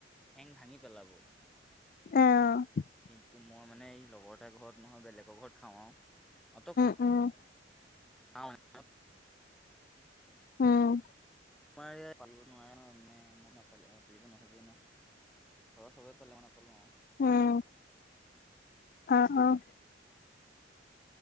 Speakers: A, in the centre; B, on the left (about 50°).
A: ঠেং ভাঙি পেলাব।
B: অ'।
A: কিন্তু, মই মানে এই লগৰ এটা ঘৰত নহয়, বেলেগৰ ঘৰত খাওঁ আৰু
B: অ'।
A: অ'। <unintelligible>
B: উম।
A: পালিব, <unintelligible> নোৱাৰে ন, মানে মই নাপাল পালিব নহ'বই ন। ঘৰৰ চবেই পালে মই নাপালো আৰু।
B: অঁ, অ', অ'।